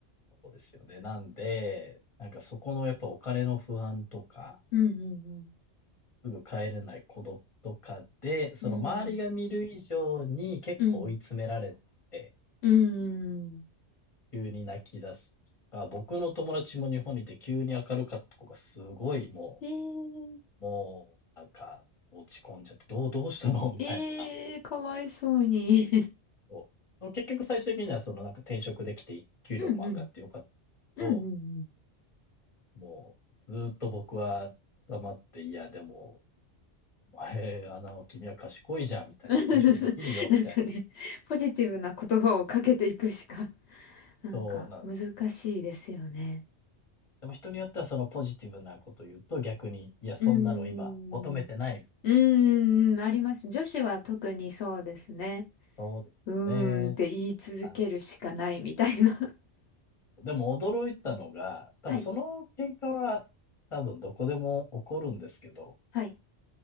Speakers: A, on the left; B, on the left.
A: そうですよね。なんで、なんかそこのやっぱお金の不安とか、
B: うんうん
A: すぐ帰れない孤独とかで、その周りが見る以上に結構追い詰められて、
B: うん。うん。うん。うん。
A: 急に泣き出すとか、僕の友達も日本にいて急に明るかった子がすごいも
B: えー、
A: う、もうなんか落ち込んじゃって、どう、どうしたのみたいな。
B: えー、かわいそうに。
A: そう結局最終的にはそのなんか転職できて給料も上がってよかったんですけど、
B: <laughs> うんうん。うんうんうん。
A: もうずーっと僕は黙って、いやでも、お前、あの、君は賢いじゃん、みたいな、
B: <laughs> なん
A: 転職できるよ、みたいな。
B: かね、ポジティブな言葉をかけていくしか、<laughs> なんか難しいですよね。
A: そうなんですよでも人によってはそのポジティブなこと言うと逆に、いや、そんなの今求めてないみたいな。
B: うーん。うーん、あります。女子は特にそうですね。
A: そうですよね。
B: うーんって言い続けるしかないみたいな。
A: あ
B: <laughs>
A: のでも驚いたのが、多分その喧嘩は多分どこでも起こるんですけど、
B: はい。はい